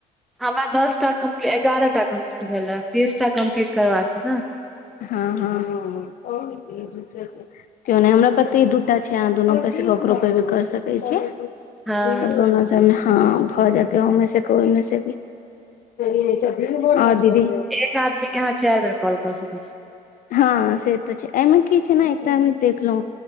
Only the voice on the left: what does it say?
हँ, हँ। केओ नै हमरा पतिे दूटा छै आहाँ दुनू पैसे के ककरो पे भी कर सकै छियै।
तऽ <unintelligible> में हँ भऽ जेतै ओमे से को ओमे से अभी <unintelligible> हँ दीदी।
हँ से तऽ छै एयमे की छै न एकटा में देखलौं